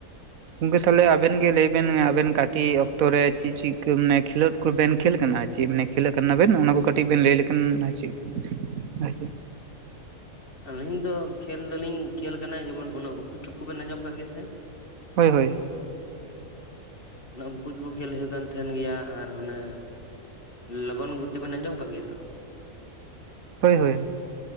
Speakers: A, on the right (about 80°); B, on the left (about 40°).
A: ᱜᱚᱝᱠᱮ ᱛᱟᱞᱚᱦᱮ ᱟᱵᱮᱱ ᱜᱮ ᱞᱟᱹᱭᱵᱮᱱ ᱟᱵᱮᱱ ᱠᱟᱹᱴᱤᱡ ᱚᱠᱛᱚ ᱨᱮ ᱪᱤᱫ ᱪᱤᱫ ᱠᱚ ᱢᱟᱱᱮ ᱠᱷᱮᱞᱳᱰ᱾ ᱠᱚ ᱵᱮᱱ ᱠᱷᱮᱞ ᱠᱟᱱᱟ ᱪᱮᱫ ᱢᱟᱱᱮ ᱠᱷᱮᱞᱟ ᱠᱟᱱᱟ ᱵᱮᱱ ᱚᱱᱟ ᱠᱚ ᱠᱟᱹᱴᱤᱡ ᱵᱮᱱ ᱞᱟᱹᱭ ᱞᱮᱠᱷᱟᱱ ᱪᱮᱫ᱾ ᱵᱷᱟᱜᱮ
B: ᱟᱹᱞᱤᱧ ᱫᱚ ᱠᱷᱮᱹᱞ ᱫᱚᱞᱤᱧ ᱠᱷᱮᱹᱞ ᱠᱟᱱᱟ ᱡᱮᱢᱚᱱ ᱩᱱᱟᱹᱜᱼᱼ ᱩᱠᱩ ᱪᱩᱠᱩ ᱵᱮᱱ ᱟᱸᱡᱚᱢᱠᱟᱜ ᱜᱮᱭᱟ ᱥᱮ?
A: ᱦᱳᱭ ᱦᱳᱭ᱾
B: ᱚᱱᱟ ᱩᱱᱠᱩ ᱪᱩᱠᱩ ᱠᱷᱮᱞ ᱦᱳᱭᱳᱜ ᱠᱟᱱ ᱛᱟᱦᱮᱱ ᱜᱮᱭᱟ ᱟᱨ ᱚᱱᱮᱼᱼ ᱞᱚᱜᱚᱱ ᱜᱩᱴᱤ ᱵᱮᱱ ᱟᱸᱡᱚᱢ ᱟᱠᱟᱫ ᱜᱮᱭᱟ ᱛᱚ,
A: ᱦᱳᱭ ᱦᱳᱭ᱾